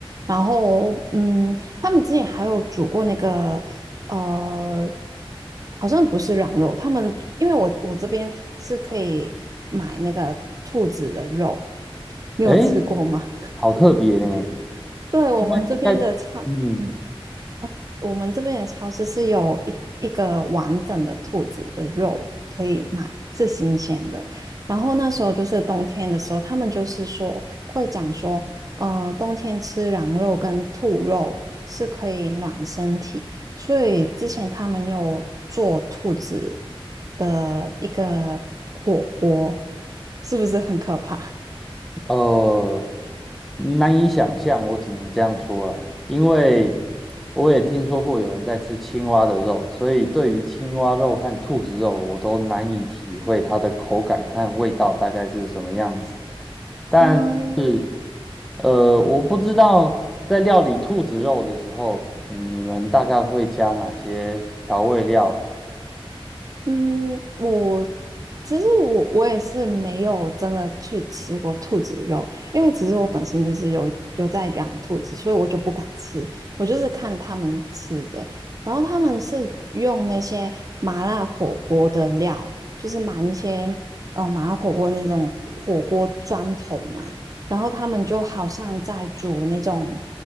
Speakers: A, on the right; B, in the centre.
A: 然后嗯，他们之前还有煮过那个呃，好像不是羊肉，他们因为我我这边是可以买那个兔子的肉，你有吃过吗？
B: 诶，好特别呢。
A: 对，我们这边的超，
B: 大概，嗯。
A: 嗯，我们这边的超市是有一一个完整的兔子的肉可以买，是新鲜的。然后那时候就是冬天的时候，他们就是说会讲说，嗯，冬天吃羊肉跟兔肉是可以暖身体，所以之前他们有做兔子的一个火锅，是不是很可怕？
B: 呃，难以想象，我只能这样说了，因为我也听说过有人在吃青蛙的肉，所以对于青蛙肉和兔子肉，我都难以体会它的口感和味道大概是什么样子。但是，
A: 嗯，
B: 呃，我不知道在料理兔子肉的时候，你们大概会加哪些调味料？
A: 嗯，我其实我我也是没有真的去吃过兔子肉，因为其实我本身就是有有在养兔子，所以我就不敢吃，我就是看他们吃的，然后他们是用那些麻辣火锅的料，就是买一些呃麻辣火锅那种火锅砖头嘛，然后他们就好像在煮那种